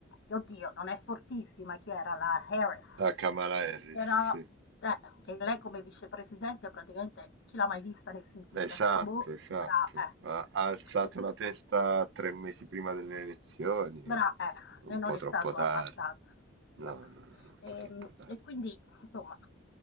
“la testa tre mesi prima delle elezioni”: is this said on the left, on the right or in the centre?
Right